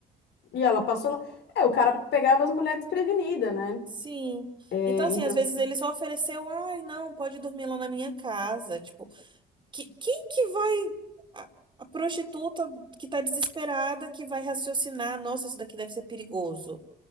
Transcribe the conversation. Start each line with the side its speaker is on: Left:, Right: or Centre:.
Left: E ela passou lá. É, o cara pegava as mulheres desprevenidas, né?
Right: Sim.
Left: É,
Right: Então,
Left: então.
Right: assim, às vezes ele só ofereceu, ai, não, pode dormir lá na minha casa. Tipo, que- quem que vai. A, a prostituta que tá desesperada que vai raciocinar, nossa, isso daqui deve ser perigoso.